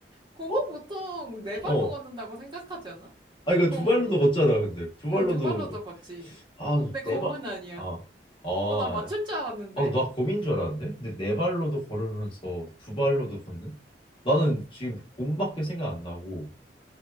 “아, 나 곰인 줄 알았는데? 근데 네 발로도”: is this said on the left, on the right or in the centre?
Left